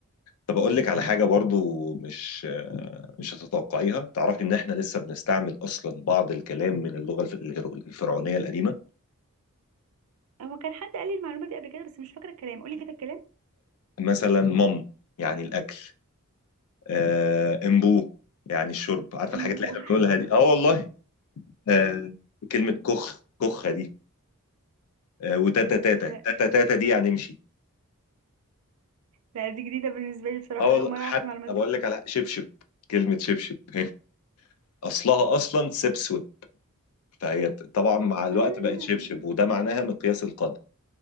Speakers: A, on the left; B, on the right.
A: طب اقول لك على حاجه برضو مش مش هتتوقعيها تعرفي ان احنا لسه بنستعمل اصلا بعض الكلام من اللغه الف- الفرعونيه القديمه
B: هو كان حد قال لي المعلومه دي قبل كده بس مش فاكره الكلام قولي كده الكلام
A: مثلا مم يعني الاكل آه امبو يعني الشرب عارفه
B: امبو
A: الحاجات اللي احنا
B: <laughs>
A: بنقولها دي اه والله آه كلمه كخ كخه دي آه وتاتا تاتا
B: لا
A: تاتا تاتا دي يعني امشي
B: لا دي جديدة بالنسبة لي بصراحة
A: اه والله
B: أنا أول مرة أعرف
A: حتى
B: المعلومات
A: بقول
B: دي خالص
A: لك على شبشب كلمة شبشب <laughs> أصلها أصلا سبسود فهي طبعا مع الوقت
B: آه.
A: بقت شبشب وده معناها مقياس القدر